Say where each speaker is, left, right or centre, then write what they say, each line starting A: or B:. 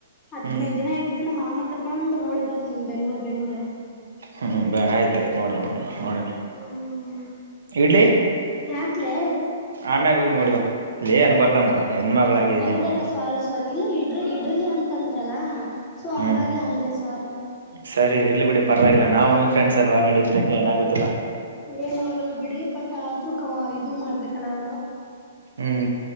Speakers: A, on the left (about 20°); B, on the right (about 90°).
A: ಹದ್ನದ
B: ಹ್ಮ್
A: ದಿನ ಐದ್ ದಿನ ಮಾಮೂ ಕರ್ಕೊಂಡ ನೋಡಿ ಬರ್ತ ಹ್ಮ ಬೆಂಗ್ಳೂರ್ ಬೆಂಗ್ಳೂರ
B: ಹ್ಮ್ ಬ ಆಯ್ತ ಆಯ್ತು ನೋಡಿವಾ ನೋಡಿವಾ ನೋಡಿವಾ
A: ಹ್ಮ್
B: ಇಡ್ಲಿ
A: ಯಾಕ್ಲೆ
B: ಆಮ್ಯಾಗ ಹೋಗಿ ನೋಡಿ ಬಾ ಲೇ ಅನ್ಬಾರ್ದಮ್ಮ ಹೆಣ್ಮಗಳಾಗಿದೆ
A: ಹೌದಲ್ಲ
B: ನೀನು
A: ಸಾರಿ ಸಾರಿ ಇಲ್ಲ ಇಡ್ರ ಇಡ್ರ್ಲಿ ಅಂತ ತಂದ್ರಲ್ಲ ಸೊ
B: ಹ್ಮ್
A: ಹಂಗಾಗಿ ಅಜೆ ಸಾರಿ
B: ಸರಿ ಇರ್ಲಿ ಬಿಡಿ ಪರವಾಗಿಲ್ಲ ನಾವು ನೀವು ಫ್ರೆಂಡ್ಸ್ ಅಲ್ವಾ ನಡಿಯುತ್ತೆ ಏನಾಗೋದಿಲ್ಲ
A: ಏನ ಆಗಲ್ ಬಿಡಿ ಬಟ್ ಆದ್ರೂ ಕ ಇದು ಮಾಡ್ಬೇಕಲ್ಲ ಅವರು
B: ಹ್ಮ್